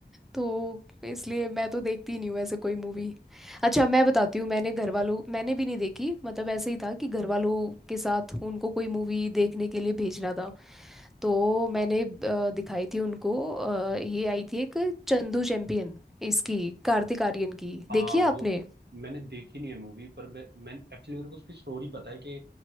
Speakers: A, in the centre; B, on the right (about 75°).
A: तो इसलिए मैं तो देखती ही नहीं हूँ ऐसे कोई मूवी
B: हूँ
A: अच्छा मैं बताती हूँ मैंने घर वालों मैंने भी नहीं देखी मतलब ऐसे ही था कि घर वालों के साथ उनको कोई मूवी देखने के लिए भेजना था तो मैंने अ, दिखाई थी उनको अ, ये आई थी एक चंदू चैंपियन इसकी कार्तिक आर्यन की
B: हाँ
A: देखी है आपने
B: वो मैंने देखी नहीं है मूवी पर मैं मैं एक्चुअली मेरे को उसकी स्टोरी पता है कि